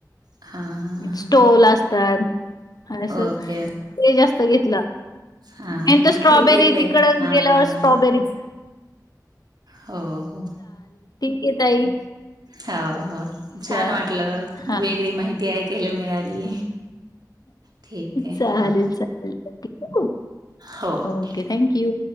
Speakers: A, on the right; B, on the left.
A: हां हां
B: स्टोल असतात. हा असं ते,
A: ओके
B: जास्तं घेतलं.
A: हां
B: आणि स्ट्रॉबेरी
A: ठीक आहे ताई
B: तिकडं
A: हां
B: गेल्यावर स्ट्रॉबेरीच.
A: हो हो,
B: आहे ताई.
A: हो हो. छान
B: चालेल
A: वाटलं,
B: हां.
A: वेगळी माहिती ऐकायला मिळाली. ठीक आहे
B: चालेल‌
A: हो
B: चालेल ठीक ये.
A: हो.
B: Okay thank you.